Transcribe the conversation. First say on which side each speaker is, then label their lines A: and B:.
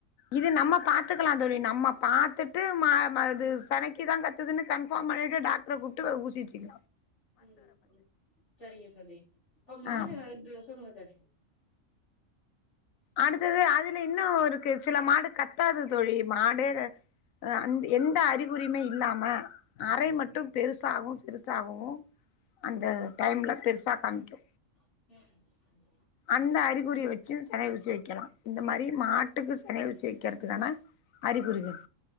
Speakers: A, on the left; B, on the left.
A: இது நம்ம பாத்துக்கலா தோழி நம்ம பாத்துட்டு மா ம அது செனைக்கு தா கத்துதுன்னு கன்ஃபார்ம் பண்ணிட்டு டாக் டர கூப்ட்டு ஊசி வெச்சிக்கனு
B: ம் ம் செரிங்க தோழி அப்ப மாடு
A: ஆமா
B: இங்க சொல்லுங்க தோழி
A: அடுத்தது அதுல இன்னு இருக்கு சில மாடு கத்தாது தோழி மாடே அந் எந்த அறிகுறியிமே இல்லாம அறை மட்டு பெருசாகு சிறுசாகு அந்த டைம்ல பெருசா காமிக்கு
B: <inaudible>
A: அந்த அறிகுறிய வெச்சு செனை ஊசி வைக்கலா இந்த மாரி மாட்டுக்கு செனை ஊசி வெக்கற்துக்கான அறிகுறிகள்